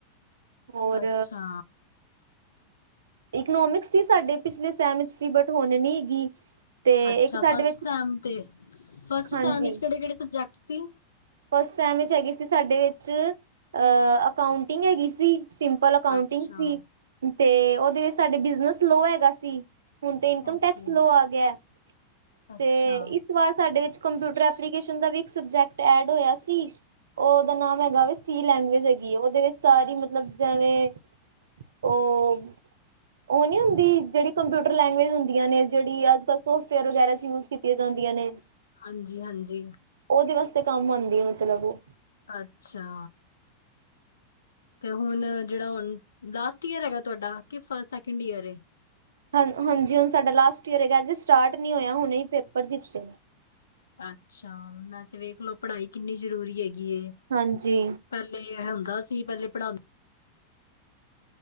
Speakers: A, on the right; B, on the left.
A: ਹੋਰ
B: ਅੱਛਾ।
A: ਇਕਨੋਮਿਕਸ ਸੀ ਸਾਡੇ ਪਿਛਲੇ ਸਹਿਮ ਸੀ ਬਟ ਹੁਣ ਨੀ ਹੈਗੀ। ਤੇ
B: ਅੱਛਾ
A: ਇੱਕ ਸਾਡੇ
B: ਫਸਟੈਮ
A: ਵਿੱਚ
B: ਤੇ ਫਸਟਮ
A: ਹਾਂਜੀ
B: ਵਿਚ ਕਿਹੜੇ -ਕਿਹੜੇ ਸਬਜੈਕਟ ਸੀ।
A: ਫਸਟ ਟਮ ਹੈਗੀ ਸੀ ਸਾਡੇ ਵਿੱਚ ਅ ਅਕਾਉਂਟਿੰਗ ਹੈਗੀ ਸੀ ਸਿੰਪਲ। ਪਲ ਕਾਊਂਟਿੰਗ
B: ਅੱਛਾ
A: ਸੀ। ਤੇ ਉਹਦੇ ਵਿੱਚ ਸਾਡੇ ਬਿਜਨਸ ਲੋਅ ਹੈਗਾ ਸੀ ਹੁਣ ਤੇ ਇਨਕਮ
B: ਓਕੇ
A: ਟੈਕਸ ਲੋਅ ਆ ਗਿਆ।
B: ਅੱਛਾ
A: ਤੇ ਇਸ ਵਾਰ ਸਾਡੇ ਵਿਚ ਕੰਪਿਊਟਰ ਐਪਲੀ ਦਾ ਵੀ ਇੱਕ ਸਬਜੈਕਟ ਐਡ ਹੋਇਆ ਸੀ। ਉਹ ਉਹਦਾ ਨਾਮ ਹੈਗਾ ਵੇ, ਸੀ ਲੈਂਗੁਏਜ ਹੈਗੀ ਆ ਉਹਦੇ ਵਿੱਚ ਸਾਰੀ ਮਤਲਬ ਜਿਵੇਂ ਉਹ ਉਹ ਨੀ ਹੁੰਦੀ ਜਿਹੜੀ ਕੰਪਿਊਟਰ ਲੈਂਗੁਏਜ ਹੁੰਦੀਆਂ ਨੇ, ਜਿਹੜੀ ਅੱਜ-ਕਲ ਸੋਫਟਵੇਅਰ ਵਗੈਰਾ ਚ ਯੂਜ ਕੀਤੀ। ਕੀਤੀਆਂ ਜਾਂਦੀਆਂ ਨੇ
B: ਹਾਂਜੀ, ਹਾਂਜੀ
A: ਉਹਦੇ ਵਾਸਤੇ ਕੰਮ ਆਉਂਦੀ ਹੈ ਮਤਲਬ ਉਹ
B: ਅੱਛਾ। ਤੇ ਹੁਣ ਜਿਹੜਾ ਹੁਣ ਲਾਸਟ ਈਅਰ ਹੈਗਾ, ਤੁਹਾਡਾ ਕਿ ਫਸਟ ਸੈਕਿੰਡ ਈਅਰ ਏ,
A: ਹਾਂ ਹਾਂਜੀ ਹੁਣ ਸਾਡਾ ਲਾਸਟ ਈਅਰ ਹੈਗਾ ਅਜੇ ਸਟਾਰਟ ਨਹੀਂ ਹੋਇਆ ਹੁਣੇ ਹੀ ਪੇਪਰ ਦਿੱਤੇ।
B: ਅੱਛਾ ਵੈਸੇ ਵੇਖ ਲਓ ਪੜ੍ਹਾਈ ਕਿੰਨੀ ਜ਼ਰੂਰੀ ਹੈਗੀ ਹੈ।
A: ਹਾਂਜੀ
B: ਪਹਿਲੇ ਇਹ ਹੁੰਦਾ ਸੀ ਪਹਿਲੇ ਪੜ੍ਹਾਉਂ